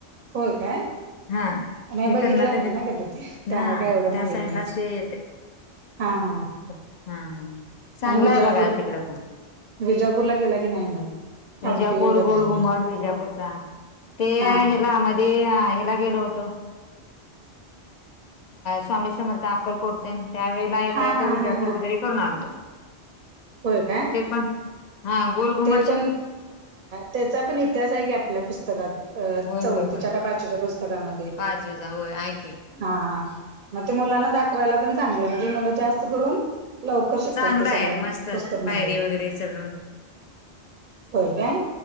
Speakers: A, on the right; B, on the left.
A: होय का
B: हा
A: नाही
B: ते
A: बघितलं
B: कर्नाटकात
A: आहे ना कधी ते त्यामु
B: हा
A: काय एवढं
B: त्या
A: माहीत
B: साईडलाच
A: नाही
B: ते
A: हा हा
B: हम् हम ह चांगला
A: आणि विजापूर
B: आहे बघा तिकडे पण
A: विजापूरला गेला की नाही मग
B: विजापूर
A: हंपी बदामी
B: गोलघुमट विजापूरचा ते
A: हा
B: हिला मध्ये ह्याला गेलो होत स्वामी समर्थ अक्कलकोट तेन ये
A: हा
B: य
A: हा
B: विजापूर
A: हा
B: वगैरे करून आल्तो
A: बय काय
B: ण हा गोल घुम
A: प प त्याचा पण इतिहास आहे क आपल्या पुस्तकात
B: होय
A: चौथीच्या
B: होय होय
A: का च्या पुस्तकामध्ये
B: पाच व हो ऐके
A: हा मग ते मुलांना दाखवायला पण चांगलं म्हणजे मुलं जास्त करून लवकर शिकतात
B: चांगला
A: ते
B: आहे
A: सगळ
B: मस्त
A: पुस्तकमध्ये
B: पायरी वगैरे चढून
A: होय काय